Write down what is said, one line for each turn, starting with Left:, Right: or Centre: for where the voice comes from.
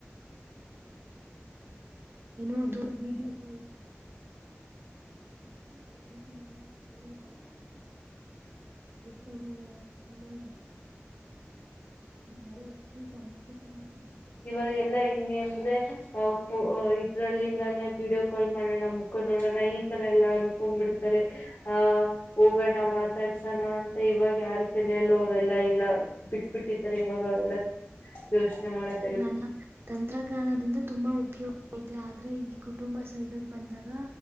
Right: ಏನೋ ಅದು ವಿಡಿಯೋ <unintelligible> ಇದ್ ತಗೊಳೋ ಹೇಳಿಲ್ಲ. ಯಾರೂ ಅಷ್ಟು ಸಮಸ್ಯೆ ತರ
Left: ಇವಾಗೆಲ್ಲ ಎಂಗೆ ಅಂದ್ರೆ <unintelligible> ಇದ್ರಲ್ಲಿಂದಾನೇ ವಿಡಿಯೋ ಕಾಲ್ ಮಾಡಣ ಮುಖ ನೋಡಣ ಈ ತರ ಎಲ್ಲಾ ಅನ್ಕೊಂಡ್ ಬಿಡ್ತಾರೆ, ಆ ಹೋಗಣ ಮಾತಾಡ್ಸಣ ಅಂತ ಇವಾಗ್ ಯಾರ್ ತಲೆ ನೋವ್ ಎಲ್ಲಾ ಇಲ್ಲ ಬಿಟ್ಬಿಟ್ಟಿದ್ದಾರೆ ಇವಾಗ ಎಲ್ಲ <unintelligible> ನಮೋಳೆ
Right: ನಾನಾ ತಂತ್ರಜ್ಞಾನದಿಂದ ತುಂಬಾ ಉಪಯೋಗ್ ಇದೆ ಆದ್ರೆ ಈ ಕುಟುಂಬ ಸಹ ಇದಕ್ ಬಂದಾಗ